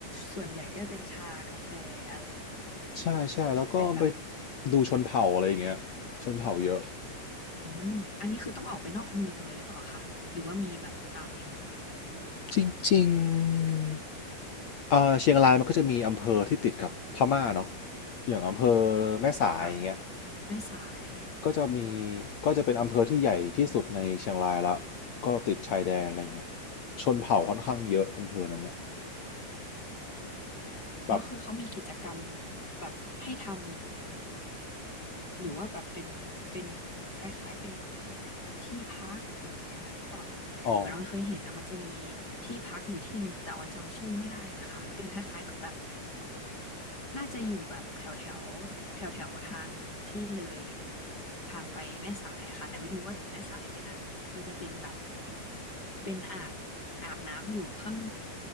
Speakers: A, on the left (about 20°); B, on the left (about 60°).
A: ส่วนใหญ่ก็จะเป็นชากาแฟอะไร
B: <laughs> ใช่ใช่แล้วก็ไป
A: เป็นแบบ
B: ดูชนเผ่าอะไรอย่างเงี้ยชนเผ่าเยอะ
A: อืมอันนี้คือต้องออกไปนอกเมืองเลยหรือเปล่าคะหรือว่ามีแบบตามในเมือง
B: จริงๆเอ่อเชียงรายมันก็จะมีอำเภอที่ติดกับพม่าเนาะอย่างอำเภอแม่สายอย่างเงี้ย
A: ค่ะแม่สาย
B: ก็จะมีก็จะเป็นอำเภอที่ใหญ่ที่สุดในเชียงรายละก็ติดชายแดนอะไรเงี้ยชนเผ่าค่อนข้างเยอะอำเภอนั้นอะ
A: แล้วคือเขามีกิจกรรม
B: แบบ
A: แบบให้ทำหรือว่าแบบเป็นเป็นคล้ายๆเป็นที่พักหรือยังไงหรือเปล่าเลยเหมือนเราเคยเห็นนะมันจะมี
B: อ๋อ
A: ที่พักอยู่ที่หนึ่งแต่ว่าจำชื่อไม่ได้นะคะเป็นคล้ายๆเหมือนแบบ น่าจะอยู่แบบแถวแถวแถวแถวๆทางที่เลยทางไปแม่สายอะค่ะแต่ไม่รู้ว่าถึงแม่สายไหมนะมันจะเป็นแบบเป็นอ่างอาบน้ำอยู่ข้าง